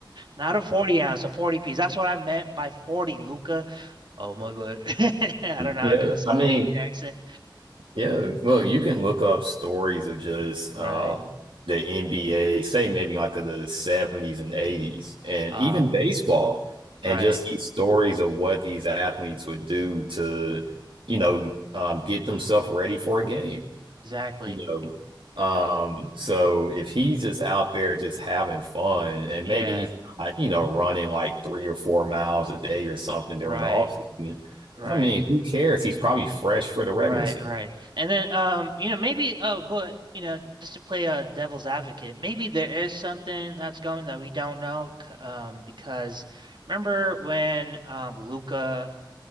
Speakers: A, on the right; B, on the right.
A: Not a 40 ounce, a 40 piece. That's what I meant by 40, Luca. Oh my God. <laughs> I don't know
B: Yeah.
A: how to do a Slovenian
B: I mean,
A: accent.
B: yeah, look, you can look up stories of just
A: Right.
B: um, the NBA, say maybe like of the 70s and 80s, and
A: Uh,
B: even baseball,
A: right.
B: and just these stories of what these athletes would do to, you know, um, get themselves ready for a game.
A: Exactly.
B: you know. Um, so if he's just out there just having fun and
A: Yeah.
B: maybe he's not, you know, running like three or four miles a day or something during
A: Right.
B: the off season,
A: Right.
B: I mean, who cares? He's probably fresh for the regular
A: Right,
B: season.
A: right. And then um, you know, maybe oh, but you know, just to play a devil's advocate, maybe there is something that's going that we don't know c- um because remember when um Luca